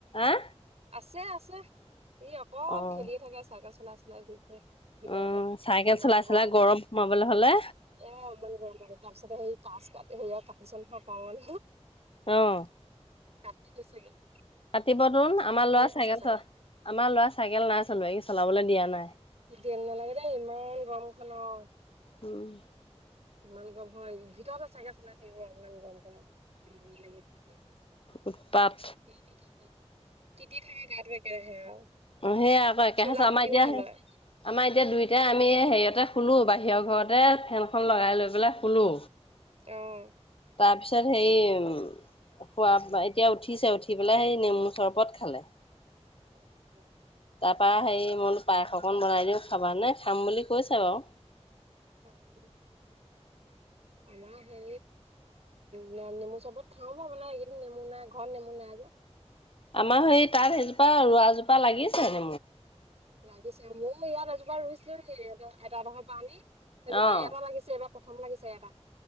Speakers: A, on the left; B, on the right.
A: আহ।
B: আছে আছে ই অকল
A: অ'।
B: খেলিয়ে থাকে চাইকেল চলাই চলাই গ ভিতৰতে
A: উম, চাইকেল
B: ইমান
A: চলাই চলাই
B: গৰম খাব।
A: সোমাবলৈ হলে
B: এ অনিবমন তাৰ পিছত সেই কাচ ক সে আৰু কাটিছ নহ কওঁ ন।
A: আহ।
B: <inaudible>
A: ৰাতিপুৱা তোন আমাৰ লৰা চাইকেল
B: হৈছে চাগে
A: চ আমাৰ লৰা চাইকেল নাই চলোৱ চলাবলৈ দিয়া নাই।
B: দম নালাগে দেই ইমান গৰম খনত।
A: উম'।
B: ইমান গৰম হ ভিতৰতে চাগগে চাই থাকিব ইমান গৰম হ লাগিলো।
A: উৎপাত
B: তিতি থাকে তিতি থাকে গাত বেকেৰাহে আৰু।
A: সেয়য়া আকৌ একেছ
B: চোলা
A: আমাৰ
B: খুলিও
A: এতিয়া
B: নলয়
A: আমাৰ এতিয়া দুইটাই আমি হেৰিয়তে খুলোঁ বাহিৰৰ ঘৰতে ফেনখন লগাই লৈ পেলাই খুলোঁ।
B: আহ।
A: তাৰ পিছত সেই উ খোৱা এতিয়া উঠিছে উঠি পেলাই সেই নেমু চৰবত খালে।
B: অ',।
A: তাৰপা হেৰি মোলো পায়স অকণ বনাই দিওঁ খাবা নে খাম বুলি কৈছে বাৰু।
B: অ',। আম হে ম নেমু চবত খাওঁ বা বোে এইকেইদিন নেমু নাই ঘৰত নেমু নাই যে।
A: আমাৰ সেই তাত সেইজোপা ৰোৱা জোপা লাগিছেন।
B: লাগিছে ময় ইয়াত এজোপা ৰুইছিলো দ এটা এডশৰ পৰা আনি এোপা
A: অ',
B: এটা লাগিছে এবাৰ। প্ৰথম লাগিছে এটা।